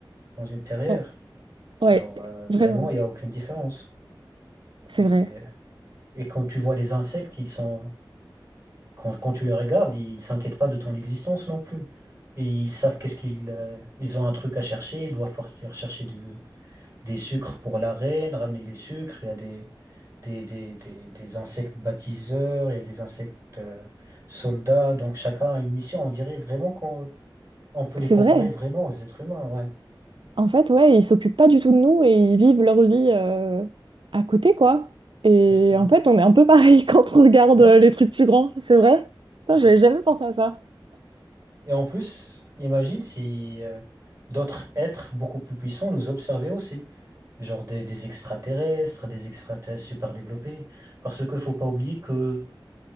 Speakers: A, on the right (about 30°); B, on the right (about 75°).
A: dans une terrière.
B: Bon, ouais,
A: Alors, euh, vraiment,
B: vraiment,
A: il n'y a aucune différence.
B: c'est
A: Et,
B: vrai.
A: et quand tu vois les insectes, ils sont, quand, quand tu les regardes, ils s'inquiètent pas de ton existence non plus. Et ils savent qu'est-ce qu'ils, euh, ils ont un truc à chercher, ils doivent partir chercher du, des sucres pour la reine, ramener les sucres. Il y a des, des, des, des, des insectes bâtisseurs, il y a des insectes, euh, soldats. Donc, chacun a une mission. On dirait vraiment qu'on on peut les
B: C'est
A: comparer
B: vrai.
A: vraiment aux êtres humains. Ouais,
B: En fait, ouais, ils s'occupent pas du tout de nous et ils vivent leur vie euh, à côté, quoi. Et
A: c'est ça. Ouais,
B: en fait, on est un peu pareil <laughs> quand on regarde
A: ouais.
B: euh, les trucs plus grands, c'est vrai? Putain,
A: ouais.
B: j'avais jamais pensé à ça.
A: Et en plus, imagine si euh, d'autres êtres beaucoup plus puissants nous observaient aussi. Genre des, des extraterrestres, des extraterrestres super développés. Parce que faut pas oublier que